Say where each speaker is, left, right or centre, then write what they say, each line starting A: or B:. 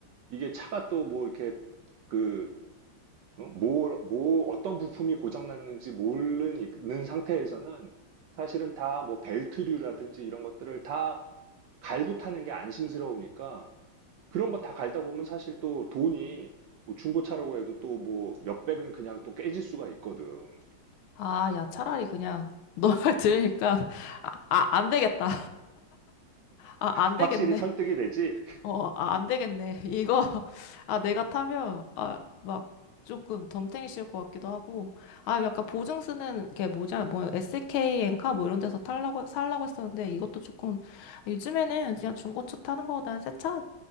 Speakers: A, on the right (about 75°); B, on the left (about 80°).
A: 이게 차가 또 뭐 이렇게 그 어, 뭐, 뭐 어떤 부품이 고장 났는지 모르는 상태에서는 사실은 다 뭐 벨트류라든지 이런 것들을 다 갈고 타는 게 안심스러우니까 그런 거 다 갈다 보면 사실 또 돈이 뭐 중고차라고 해도 또 뭐 몇백은 그냥 또 깨질 수가 있거든.
B: 아, 야, 차라리 그냥 너 <laughs> 말 들으니까 아, 아, 안 되겠다. 아, 안 되겠네.
A: 확실히 설득이 되지.
B: 어, 아, 안 되겠네. 이거 아, 내가 타면 아, 막 조금 덤탱이 씌울 것 같기도 하고. 아, 약간 보증 쓰는 게 뭐냐? 뭐 SK 엔카 뭐 이런 데서 탈라고 살라고 했었는데 이것도 조금 요즘에는 그냥 중고차 타는 거보다는 새 차,